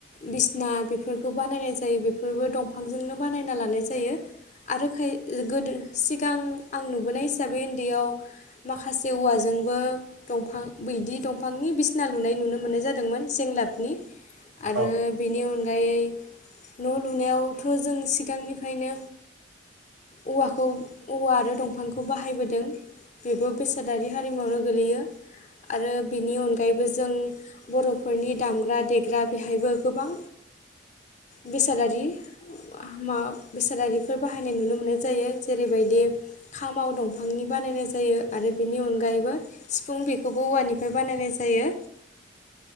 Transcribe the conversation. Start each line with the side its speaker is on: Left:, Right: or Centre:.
Left: बिस ना बेफोरखौ बानायनाय जायो बेफोरबो दंफांजोंनो बानायना लानाय जायो आरो खाय गोदो सिगां आं नुबोनाय हिसाबै उन्दैयाव माखासे औवाजोंबो दंफां बैदि दंफांनि बिसिना लुनाय नुनो मोन्नाय जादोंमोन जों लाबनि
Right: औ
Left: आरो
Right: औ
Left: बेनि अनगायै न लुनायावथ जों सिगांनिफ्रायनो औवाखौ औवा आरो दंफांखौ बाहायबोदों बेबो बेसादारि हारिमुआवनो गोलैयो आरो बेनि अनगायैबो जों बर'फोरनि दामग्रा देग्रा बेहायबो गोबां बेसादारि। बेसादारिफोर बाहायनाय नुनो मोननाय जायो जेरैबायदि खामाव दंफांनि बा बानायनाय जायो आरो बेनि अनगायैबो सिफुं बेखौबो औवानिफ्राय बानायनाय जायो।
Right: <inaudible>